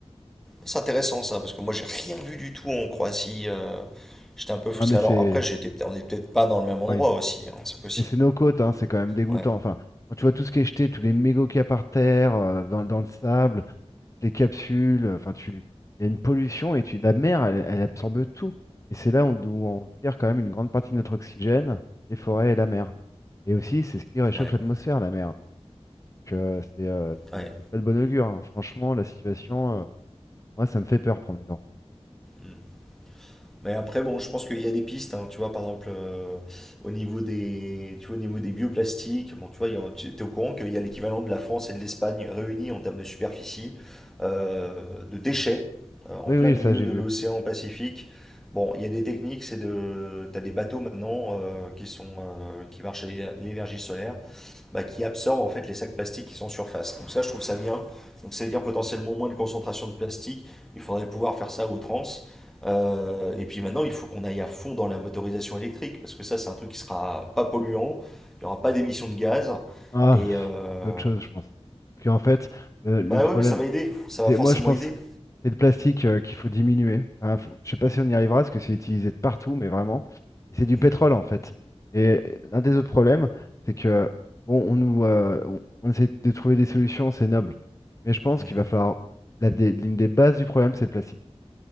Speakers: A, in the centre; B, on the left.
A: C'est intéressant ça, parce que moi, j'ai rien vu du tout en Croatie. euh, J'étais un peu frustré.
B: Non, mais c'est,
A: Alors après, j'étais, on est peut-être pas dans le même endroit
B: oui,
A: aussi, hein, c'est possible.
B: mais c'est nos côtes, hein, c'est quand même dégoûtant.
A: Ouais,
B: Enfin, quand tu vois tout ce qui est jeté, tous les mégots qu'il y a par terre, euh, dans, dans le sable, les capsules, enfin tu, il y a une pollution et tu, la mer, elle, elle absorbe tout. Et c'est là où, d'où on tire quand même une grande partie de notre oxygène, les forêts et la mer. Et aussi, c'est ce qui réchauffe
A: ouais,
B: l'atmosphère, la mer. Donc euh, c'est euh, c'est-
A: ouais.
B: c'est pas de bon augure. hein. Franchement, la situation, euh, moi, ça me fait peur pour mes enfants.
A: Mm. Mais après, bon, je pense qu'il y a des pistes, hein, tu vois, par exemple, euh, au niveau des, tu vois, au niveau des bioplastiques, bon, tu vois, il y a- tu es au courant qu'il y a l'équivalent de la France et de l'Espagne réunis en termes de superficie, euh, de déchets, euh, en
B: Oui,
A: plein
B: oui,
A: milieu
B: ça j'ai
A: de
B: vu.
A: l'océan Pacifique. Bon, il y a des techniques, c'est de, t'as des bateaux maintenant euh, qui sont, euh, qui marchent à l'é- l'énergie solaire. bah, qui absorbent en fait les sacs plastiques qui sont surface. Donc ça, je trouve ça bien. Donc ça veut dire potentiellement moins de concentration de plastique. Il faudrait pouvoir faire ça à outrance. Euh, et puis maintenant, il faut qu'on aille à fond dans la motorisation électrique, parce que ça, c'est un truc qui sera pas polluant, il n'y aura pas d'émissions de gaz.
B: Ah,
A: Et
B: pff,
A: euh,
B: c'est autre chose, je pense. Parce qu'en fait, le, le
A: bah
B: problème,
A: ouais, mais ça va aider, ça va
B: Et
A: forcément
B: moi, je pense
A: aider.
B: c'est le plastique euh, qu'il faut diminuer. Enfin, faut- je sais pas si on y arrivera, parce que c'est utilisé de partout, mais vraiment. Et C'est du
A: Mhm,
B: pétrole, en fait. Et l'un des autres problèmes, c'est que, bon, on nous, euh, on, on essaie de trouver des solutions, c'est noble. Mais je pense
A: mhm,
B: qu'il va falloir, la dé- l'une des bases du problème, c'est le plastique.